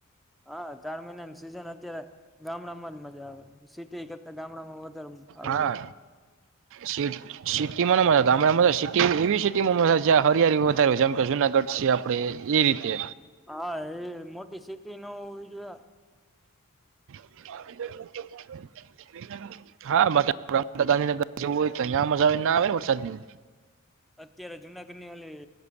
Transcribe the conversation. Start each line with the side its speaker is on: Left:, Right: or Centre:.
Centre: હા ચાર મહિનાની સિઝન અત્યારે ગામડામાં જ મજા આવે સિટી કરતા ગામડામાં વધારે સારું
Right: હા
Centre: હોય
Right: સીટ સિટીમાં ના ગામડા સિટી એવી સિટી માં મ જ્યાં હરિયાળી વધારે હો છે જેમ કે જુનાગઢ સ આપડ એ રીતે.
Centre: હા એ મોટી સીટીટી ન હોવી જોઈએ
Right: <inaudible> <inaudible> હા બાકી આપ ગાંધીનગર જવું હોય તો તહં મજા આવે ના આવે ને વરસાદ ની.
Centre: અત્યારે જુનાગઢ ની ઓલી